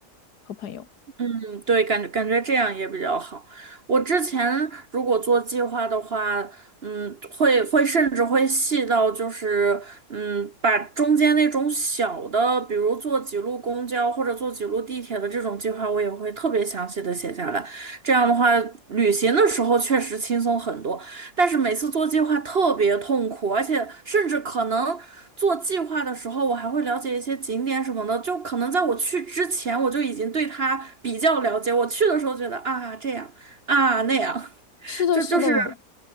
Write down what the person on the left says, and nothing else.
和朋友。
是的，
是的，